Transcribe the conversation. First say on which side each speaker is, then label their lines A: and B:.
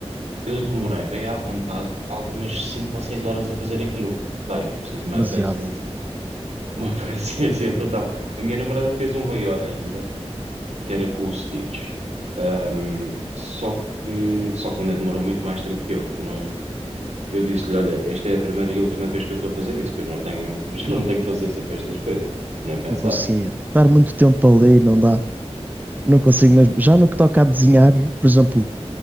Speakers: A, on the right (about 80°); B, on the right (about 15°).
A: Eu demorei bem à vontade algumas cinco ou seis horas a fazer aquilo. Bem, é preciso uma
B: Demasiado.
A: paciência. Uma <laughs> paciência brutal. A minha namorada fez um maior ainda, que era com o Stitch. Ahm, só que, só que ainda demorou muito mais tempo que eu. Eu não, eu disse-lhe, olha, esta é a primeira e última vez que eu estou a fazer isso, que eu não tenho, <laughs> já não tenho paciência para estas coisas. Nem pensar.
B: Não conseguia. Dar muito tempo a ler, não dá. Não consigo mesmo. Já no que toca a desenhar, por exemplo.